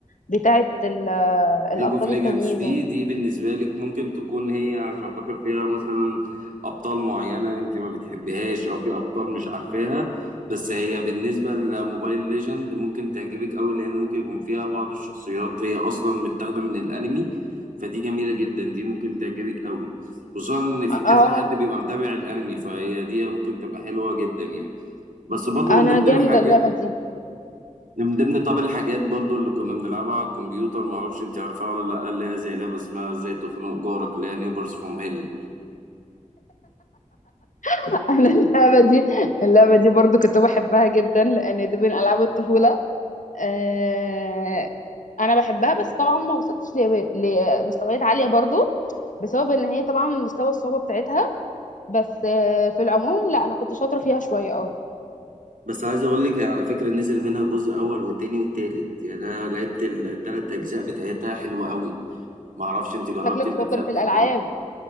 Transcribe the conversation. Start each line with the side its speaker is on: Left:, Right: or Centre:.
Left: بتاعة ال- الابطال
Right: ليج اوف ليجندز
Left: التانيين
Right: دي
Left: دول
Right: دي بالنسبه لك ممكن تكون هي عشان خاطر فيها مثلا ابطال معينه انت ما بتحبيهاش او في ابطال مش عارفاها بس هي بالنسبه لموبايل ليجند ممكن تعجبك قوي لان ممكن يكون فيها بعض الشخصيات هي اصلا متاخده من الانمي فدي جميله جدا دي ممكن تعجبك قوي خصوصا ان في
Left: اه
Right: كذا حد بيبقى متابع الانمي فهي دي ممكن تبقى حلوه جدا يعني بس برضو
Left: انا
Right: من ضمن
Left: جامدة
Right: الحاجات
Left: اللعبة دي
Right: من ضمن طب الحاجات برضو اللي كنا بنلعبها على الكمبيوتر ما اعرفش انت عارفاها ولا لا اللي هي زي لعبه اسمها ازاي تخنق جارك اللي هي نيبرز فروم هيل
Left: <laughs> انا اللعبة دي اللعبة دي برضو كنت بحبها جدا لان دي من العاب الطفولة آه، انا بحبها بس طبعا ما وصلتش ل- لمستويات عالية برضو بسبب ان هي طبعا مستوى الصعوبه بتاعتها بس آه، في العموم لا انا كنت شاطره فيها شويه اه
Right: بس عايز اقول لك هي على فكره نزل منها جزء اول وتاني وتالت يعني انا لعبت التلات اجزاء بتاعتها حلوه قوي ما اعرفش انت جربتي
Left: شكلك
Right: الاجزاء
Left: شاطر في
Right: بتاعتها
Left: الالعاب
Right: ولا لأ.